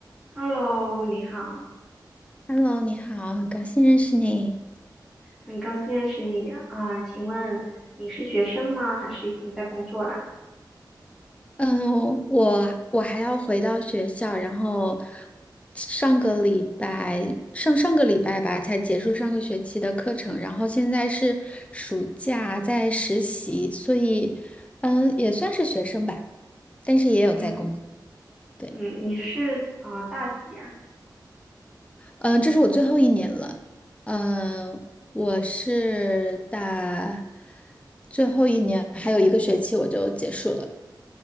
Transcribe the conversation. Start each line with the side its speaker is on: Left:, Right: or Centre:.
Centre: Hello，你好，
Left: Hello，你好，很高兴认识你。
Centre: 很高兴认识你啊，啊请问你是学生吗？还是已经在工作啦？
Left: 嗯，我我还要回到学校，然后上个礼拜上上个礼拜吧，才结束上个学期的课程，然后现在是暑假在实习，所以嗯，也算是学生吧，但是也有在工作。
Centre: 嗯，
Left: 对，
Centre: 嗯，你是啊、呃大几呀？
Left: 嗯，这是我最后一年了。嗯，我是大最后一年，还有一个学期我就结束了。